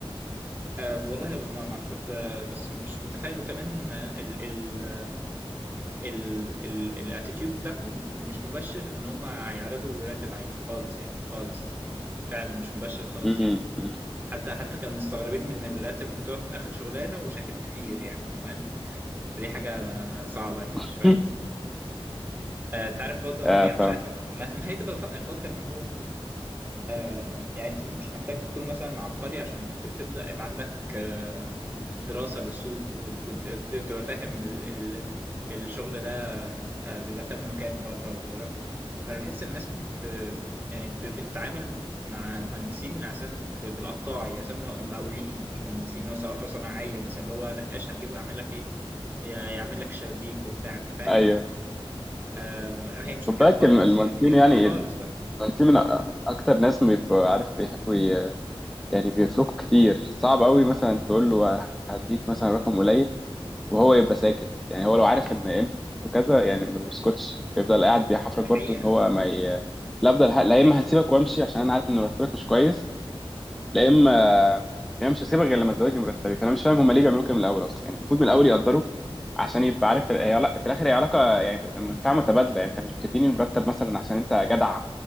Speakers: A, on the right; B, in the centre.
A: آه والله ما ما اعرفش بس آه بس مش متفائل وكمان آه، ال... ال... الاتيتيود بتاعهم مش مبشر ان هم هيعرضوا راتب عالي خالص يعني خالص فعلا مش مبشر خالص
B: امم
A: يعني
B: امم
A: حتى حتى كانوا مستغربين من الراتب اللي كنت باخده في اخر شغلانه وشايفينه كتير يعني تمام فدي حاجه صعبه يعني
B: <laughs>
A: شويه آه، انت عارف برضه
B: آه
A: يعني
B: فاهم
A: مش عارف ما ما هي تبقى بف- نفكر ان هو آه، يعني انت مش محتاج تكون مثلا عبقري عشان ت- تبدا يبقى عندك آه، دراسة للسوق وتبقى فاهم ال... ال... الشغل ده آه، بيبقى تمنه كام بره بيبقى... فأنا بحس الناس ب... ب- يعني ب... بتتعامل مع مهندسين عشان ب... بالقطاعي عشان م- مقاولين مش مهندسين هو ص- أو صناعية مثلا اللي هو نقاش هتجيبه يعمل لك إيه ي- يعمل لك شبابيك وبتاع أنت فاهم
B: ايوه
A: آم، هي مش
B: خد
A: كده
B: بالك
A: خالص
B: الم- المهندسين
A: يعني هي خ-
B: يعني
A: خالص
B: ال-
A: بقى
B: المهندسين من أ- اكتر ناس بيبقوا عارف بيحبوا ي- يعني بيفرقوا كتير صعب قوي مثلا تقول له هديك مثلا رقم قليل وهو يبقى ساكت يعني هو لو عارف ان قيمته كذا يعني ما بيسكتش بيفضل قاعد بيحفرك
A: دي
B: برضو
A: حقيقة
B: ان هو ما ي... لا افضل ه- لا
A: دي حقيقة
B: اما هسيبك وامشي عشان انا عارف ان مرتبك مش كويس لا اما هي مش هسيبها غير لما تزودني مرتبي فانا مش فاهم هم ليه بيعملوا كده من الاول اصلا يعني المفروض من الاول يقدروا عشان يبقى عارف ال- هي علا- في الاخر هي علاقه يعني منفعه متبادله يعني انت مش بتديني المرتب مثلا عشان انت جدع